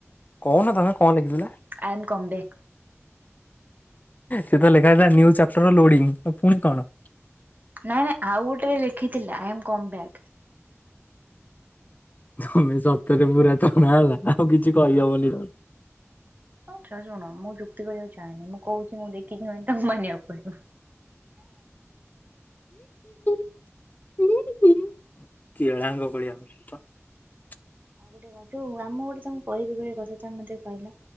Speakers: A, on the left; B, on the right.
A: କହୁନ ତମେ କଣ ଲେଖିଥିଲା?
B: I am come back.
A: ସେ ତ ଲେଖା ହେଇଥିଲା ଚାପ୍ଟର ଲୋଡିଙ୍ଗ ପୁଣି କଣ?
B: ନାଇଁ ନାଇଁ ଆଉ ଗୋଟେ ଲେଖିଥିଲେ ଆଇ ଆମ୍ କମ୍ ବ୍ୟାକ।
A: ତମେ ସତରେ ପୁରା ହେଲା ଆଉ କିଛି କହିହବନି ଆଉ।
B: ହଉ ଶୁଣ ମୁଁ ଯୁକ୍ତି କରିବାକୁ ଚାହଁନି ମୁଁ କହୁଛି ମୁଁ ଦେ କି ତମେ ମାନିବାକୁ ପଡିବ।
A: <unintelligible>
B: ଆଉ ଗୋଟେ ଯୋଉ ଆମ ଗୋଟେ ତମକୁ କହିବି ଗହଆ କଥା ତମେ ମେ କହିଲା